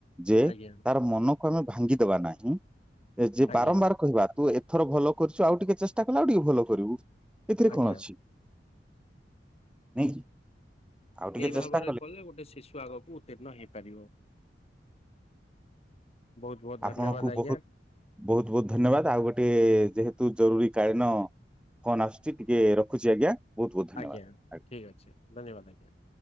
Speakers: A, in the centre; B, on the left.
A: ଯେ
B: ଆଜ୍ଞା
A: ତାର ମନକୁ ଆମେ ଭାଙ୍ଗିଦବା ନାହିଁ। ଏ ଯେ
B: ଆଜ୍ଞା
A: ବାରମ୍ବାର କହିବା ତୁ ଏଥର ଭଲ କରିଛୁ ଆଉ ଟିକେ ଚେଷ୍ଟା କଲେ ଆଉ ଟିକେ ଭଲ କରିବୁ। ଏଥିରେ
B: ଆଜ୍ଞା
A: କଣ ଅଛି ନାଇଁକି। ଆଉ ଟିକେ
B: ଏଇ ଭାବରେ
A: ଚେଷ୍ଟା
B: କଲେ ଗୋଟେ ଶିଶୁ ଆଗକୁ ଉତ୍ତୀର୍ଣ୍ଣ ହେଇପାରିବ। ବହୁତ ବହୁତ ଧନ୍ୟବାଦ
A: ଆପଣଙ୍କୁ
B: ଆଜ୍ଞା
A: ବହୁତ ବହୁତ ବହୁତ ଧନ୍ୟବାଦ ଆଉ ଗୋଟେ ଯେହେତୁ ଜରୁରୀ କଳୀନ କଣ ଆସୁଛି ଟିକେ ରଖୁଛି ଆଜ୍ଞା। ବହୁତ ବହୁତ ଧନ୍ୟବାଦ।
B: ଆଜ୍ଞା ଠିକ୍ ଅଛି ଧନ୍ୟବାଦ ଆଜ୍ଞା।